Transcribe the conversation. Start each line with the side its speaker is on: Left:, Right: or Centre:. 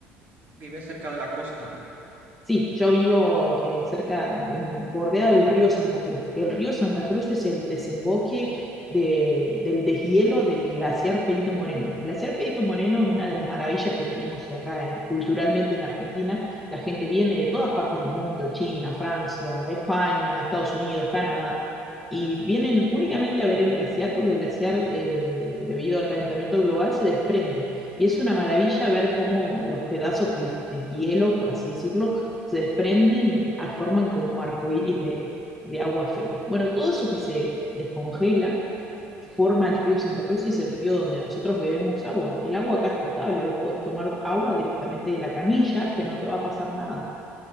Right: Vive cerca de la costa.
Centre: Sí, yo vivo eh, cerca, en- bordea el río Santa Cruz, que el río Santa Cruz es el desemboque de- del deshielo del glaciar Perito Moreno. El glaciar Perito Moreno es una de las maravillas que tenemos acá eh, culturalmente en Argentina. La gente viene de todas partes del mundo, China, Francia, España, Estados Unidos, Canadá, y vienen únicamente a ver el glaciar porque el glaciar, eh, debido al calentamiento global, se desprende. Y es una maravilla ver cómo los pedazos de de hielo, por así decirlo, se desprenden y a- forman como arcoíris de, de agua fría. Bueno, todo eso que se descongela forma el río Santa Cruz y es el río donde nosotros bebemos agua. El agua acá es potable, vos podés tomar agua directamente de la canilla, que no te va a pasar nada.